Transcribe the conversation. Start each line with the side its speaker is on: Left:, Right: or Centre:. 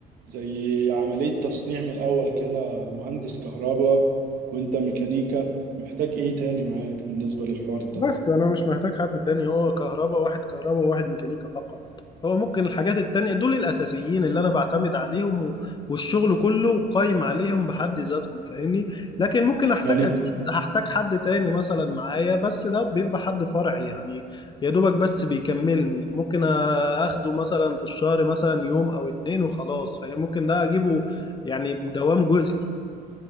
Right: زي عملية تصنيع من الاول كده مهندس كهرباء وانت ميكانيكا محتاج ايه تاني معاك بالنسبة للحوار ده
Left: بس انا مش محتاج حد تاني هو كهرباء واحد كهرباء وواحد ميكانيكا فقط هو ممكن الحاجات التانية دول الاساسيين اللي انا بعتمد عليهم و- والشغل كله قايم عليهم بحد ذاتهم فاهمني لكن ممكن احتاج
Right: يعني
Left: اكيد هحتاج حد تاني مثلا معايا بس ده بيبقى حد فرعي يعني يا دوبك بس بيكملني ممكن اخده مثلا في الشهر مثلا يوم او اتنين وخلاص فممكن ده اجيبه يعني بدوام جزئي